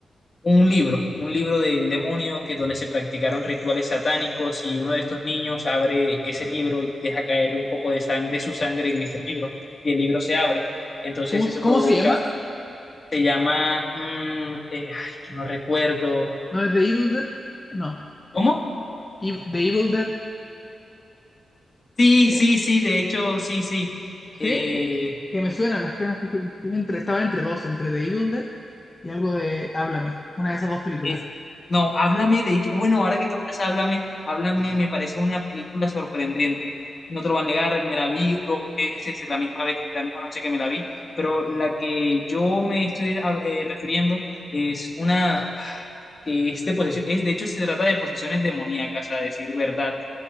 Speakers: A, on the left; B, on the left.
A: un libro, un libro del demonio que donde se practicaron rituales satánicos y uno de estos niños abre ese libro y deja caer un poco de sangre, de su sangre en este libro y el libro se abre. Entonces
B: ¿Cómo,
A: eso
B: cómo
A: provoca,
B: se llama?
A: se llama, mm, eh, ay, que no recuerdo,
B: ¿No es The Evil Dead? No.
A: ¿cómo?
B: Ev- The Evil Dead.
A: Sí,
B: oh,
A: sí, sí, de hecho, sí, sí. Eh,
B: ¿Sí? Que me suena, me suena. Estoy, estoy entre, estaba entre dos, entre The Evil Dead y algo de Háblame, una de esas dos películas.
A: Es- no, háblame, de hecho, bueno, ahora que tocas háblame, háblame, me parece una película sorprendente. No te lo voy a negar, me la vi dos veces la misma vez, la misma noche que me la vi, pero la que yo me estoy ah, eh, refiriendo es una ah, que es de posesión, es de hecho se trata de posesiones demoníacas, a decir verdad.